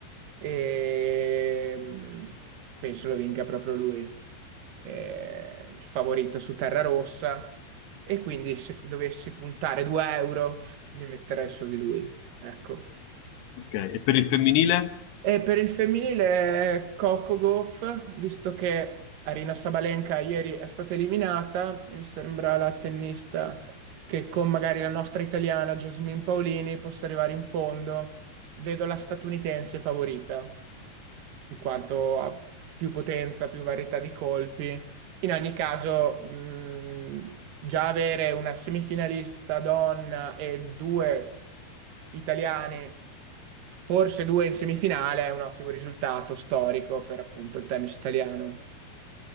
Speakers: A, on the right; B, on the left.
A: e mm, penso lo vinca proprio lui, Eh, il favorito su terra rossa e quindi se dovessi puntare 2 euro li metterei su di lui, ecco.
B: Ok. E per il femminile?
A: E per il femminile è Coco Gauff, visto che Arina Sabalenka ieri è stata eliminata e mi sembra la tennista che con magari la nostra italiana Jasmine Paolini possa arrivare in fondo. Vedo la statunitense favorita in quanto ha più potenza, più varietà di colpi. In ogni caso, mh, già avere una semifinalista donna e due italiani, forse due in semifinale, è un ottimo risultato storico per appunto il tennis italiano.